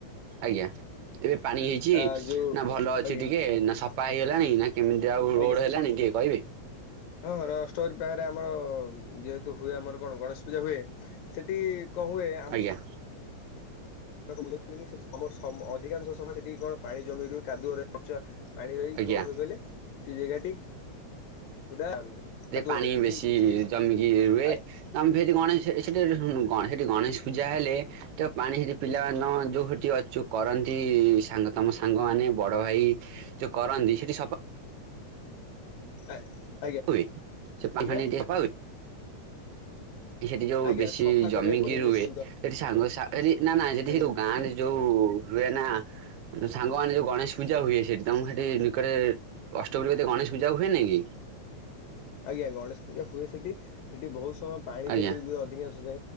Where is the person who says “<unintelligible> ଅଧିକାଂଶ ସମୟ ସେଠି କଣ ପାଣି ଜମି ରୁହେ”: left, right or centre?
Left